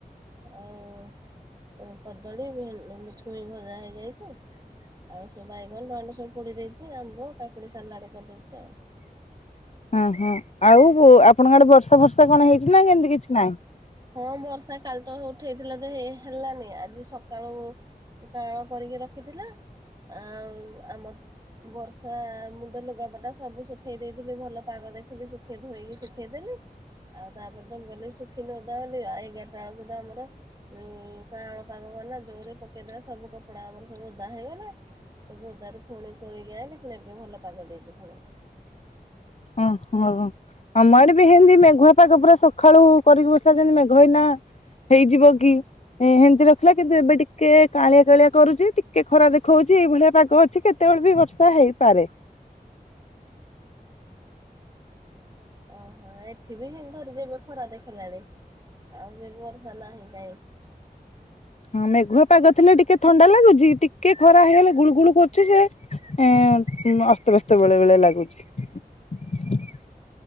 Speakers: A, on the right (about 25°); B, on the left (about 45°).
A: ଆଉ କଦଳୀ ଭେ ଛୁଇଁ ଭଜା ହେଇଯାଇଛି। ଆଉ ସବୁ ବାଇଗଣ ବାଇଗଣ ସବୁ ପୋଡି ଦେଇଛି, ଆମ୍ବ, କାକୁଡି ସାଲାଡ଼ କରିଦେଇଛି ଆଉ।
B: ଉଁ ହୁଁ, ଆଉ ଆପଣଙ୍କ ଆଡେ ବର୍ଷା ଫର୍ଷା କଣ ହେଇଛି ନା, ସେମିତି କିଛି ନାହିଁ?
A: ହଁ, ବର୍ଷା କାଲି ତ ଉଠେଇଥିଲା ଯେ ହେଇ ହେଲାନି, ଆଜି ସ କାଳୁ କାଳ କରିକି ରଖିଥିଲା, ଆଉ ଆମ ବର୍ଷା ମୁଁ ତ ଲୁଗାପଟା ସବୁ ଶୁଖେଇ ଦେଇଥିଲି ଭଲ ପାଗ ଦେଖି ସୁଖେ ଧୋଇକି ସୁଖେଇ ଦେଲି। ତାପରେ ତ ମୁଁ ଗଲି ଶୁଖିଲେ ଓଦା ହେବ ବୋଲିକା ଏଗାରଟା ବେଳକୁ ତ ଆମର ଉ କାଁଳ ପାଗ କଲା ଯୋରେ ପକେଇଦେଲା ସବୁ କପଡା ଆମର ସବୁ ଓଦା ହେଇଗଲା। ସବୁ ଓଦାରୁ ଫୁଣି ତୋଳିକି ଆଇଁଲି ଫୁଣି ଏବେ ଭଲ ପାଗ ଦେଇଛି ଫୁଣି।
B: ହଁ, ହ। ଆମ ଆଡେ ବି ହେମତି ମେଘୁଆ ପାଗ ପୁରା ସକାଳୁ କରିକି ବସିଲା ଯେମତି ମେଘ ଏଇନା ହେଇଯିବ କି। ହେ -ହେମିତି ରଖିଲା କିନ୍ତୁ ଏବେ ଟିକେ କଅଁଳିଆ, କଅଁଳିଆ କରୁଛି ଟିକେ ଖରା ଦେଖଉଛି ଏଇ ଭଳିଆ ପାଗ ଅଛି କେତେ କେତେ ବେଳେ ବି ବର୍ଷା ହେଇପାରେ।
A: ଓହୋ ଏଠି ବି ଧରିଦେବେ ଖରା ଦେଖିଲାଣି ଆଉ ଏ ବର୍ଷା ନାହିଁ କାହିଁ।
B: ହଁ, ମେଘୁଆ ପାଗ ଥିଲେ ଟିକେ ଥଣ୍ଡା ଲାଗୁଛି ଟିକେ ଖରା ହେଇଗଲେ ଗୁଳୁ ଗୁଳୁ କରୁଛି ଯେ ଏ ଅସ୍ତଵେସ୍ତ ଭଳିଆ ଲାଗୁଛି।